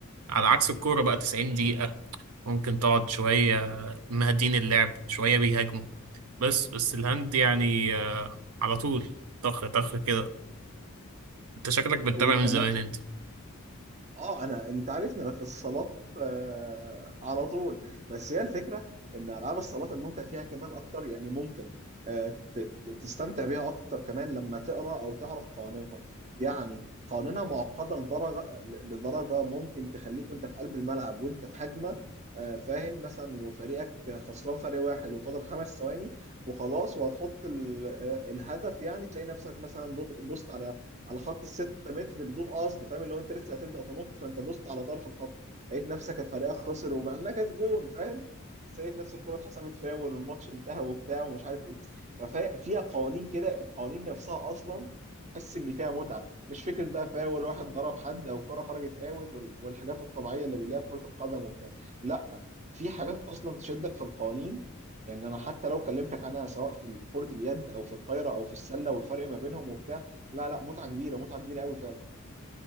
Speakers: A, on the right; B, on the right.
A: على عكس الكوره بقى 90 دقيقه ممكن تقعد شويه مهدين اللعب شويه بيهاجموا بس بس الهند يعني آه، على طول طخ طخ كده انت شكلك بتتابع
B: وكمان
A: من زمان انت
B: اه انا انت عارفني انا في الصالات آه على طول بس هي الفكره ان العاب الصالات الممتع فيها كمان اكتر يعني ممكن آه ت- ت- تستمتع بيها اكتر كمان لما تقرا او تعرف قوانينها يعني قوانينها معقده لدرجه لدرجه ممكن تخليك وانت في قلب الملعب وانت في هجمه آه فاهم مثلا وفريقك خسران فريق واحد وفاضل خمس ثواني وخلاص وهتحط ال- آه، الهدف يعني تلاقي نفسك مثلا دو- دوست على على خط الستة متر بدون قصد فاهم اللي هو انت لسه هتبدا تنط فانت دوست على طرف الخط لقيت نفسك الفريق خسر ومع انها كانت جون فاهم بس لقيت نفس الكرة اتحسبت فاول والماتش انتهى وبتاع ومش عارف ايه ففيها قوانين كده القوانين نفسها اصلا تحس ان فيها متعه مش فكره بقى فاول واحد ضرب حد او الكره خرجت اوت وال- والحاجات الطبيعيه اللي بنلاقيها في كره القدم وبتاع لا في حاجات اصلا تشدك في القوانين يعني انا حتى لو كلمتك عنها سواء في كره اليد او في الطايره او في السله والفرق ما بينهم وبتاع لا لا متعه كبيره متعه كبيره قوي فعلا